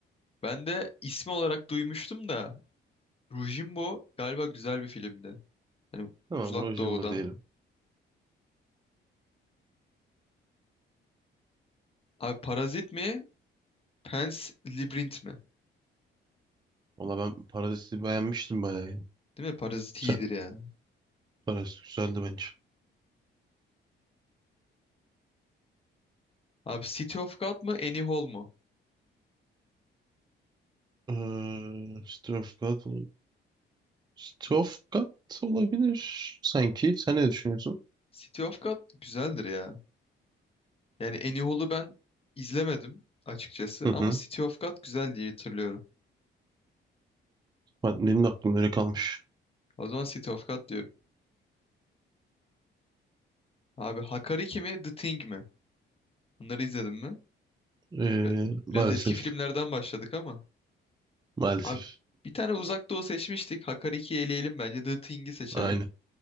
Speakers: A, on the left; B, on the right.
A: Ben de ismi olarak duymuştum da Rojimbo galiba güzel bir filmdi. Hani
B: Tamam.
A: Uzak
B: Rojimba
A: Doğu'dan.
B: diyelim.
A: Abi Parazit mi? Pan's Labyrinth mi?
B: Valla ben Parazit'i beğenmiştim bayağı. ya.
A: Değil mi? Parazit
B: Sen
A: iyidir ya.
B: Parazit güzeldi bence.
A: Abi City of God mı? Annie Hall mu?
B: Ee, Strofgard, Strofgard olabilir sanki. Sen ne düşünüyorsun?
A: City of God güzeldir ya. Yani Annie Hall'u ben izlemedim açıkçası
B: Hı
A: ama
B: hı.
A: City of God güzel diye hatırlıyorum.
B: Ben- Benim de aklım öyle kalmış.
A: O zaman City of God diyorum. Abi Hakariki mi The Thing mi? Bunları izledin mi?
B: Ee,
A: Bi-
B: maalesef.
A: Biraz eski filmlerden başladık ama.
B: Maalesef.
A: Abi bir tane Uzak Doğu seçmiştik. Hakariki'yi eleyelim bence. The Thing'i seçelim.
B: Aynı.